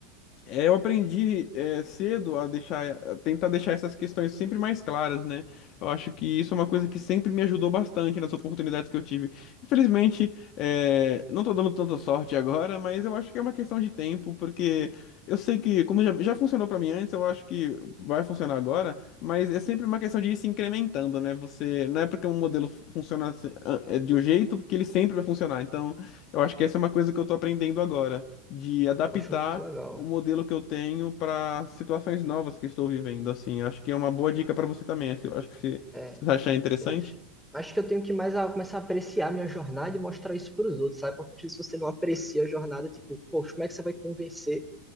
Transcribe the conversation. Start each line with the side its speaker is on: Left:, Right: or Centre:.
Left: é, eu aprendi é, cedo a deixar, a tentar deixar essas questões sempre mais claras, né? Eu acho que isso é uma coisa que sempre me ajudou bastante nas oportunidades que eu tive. Infelizmente, é, não tô dando tanta sorte agora, mas eu acho que é uma questão de tempo, porque eu sei que, como já, já funcionou para mim antes, eu acho que vai funcionar agora, mas é sempre uma questão de ir se incrementando, né? Você, não é porque um modelo funciona assim, ah, é de um jeito que ele sempre vai funcionar. Então, eu acho que essa é uma coisa que eu tô aprendendo agora, de adaptar
Centre: Poxa, muito legal.
Left: o modelo que eu tenho para situações novas que estou vivendo, assim. Acho que é uma boa dica para você também. assim, Acho que se
Centre: É,
Left: se você achar interessante.
Centre: eu Acho que eu tenho que mais a- começar a apreciar a minha jornada e mostrar isso para os outros, sabe? Porque às vezes você não aprecia a jornada, tipo, poxa, como é que você vai convencer